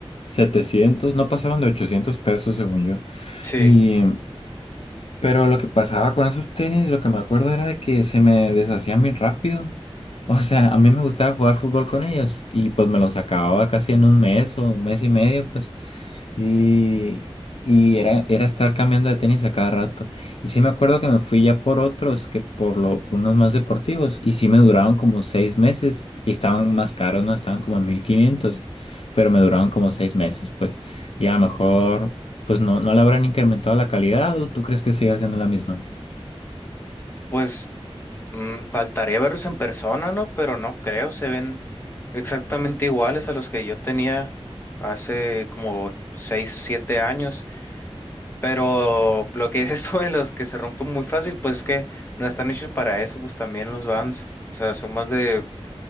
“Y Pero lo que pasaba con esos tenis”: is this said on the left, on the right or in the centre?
Left